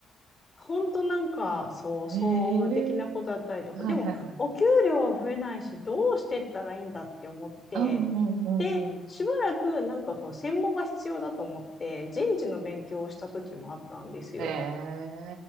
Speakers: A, on the left; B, on the right.
A: 本当なんか、そう、総務的なことだったりとか、
B: ええはいはいはい。
A: でも、お給料は増えないし、どうしてったらいいんだって思って、
B: うんうんうんうん。
A: で、しばらくなんかこう、専門が必要だと思って、人事の勉強をした時もあったんですよ。
B: え